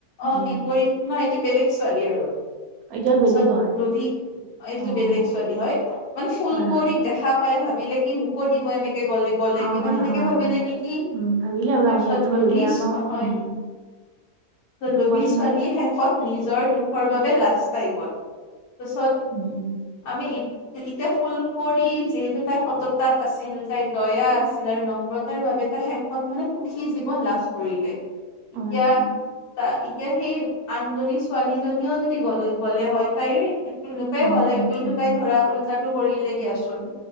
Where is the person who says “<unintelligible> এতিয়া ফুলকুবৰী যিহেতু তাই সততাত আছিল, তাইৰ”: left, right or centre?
Left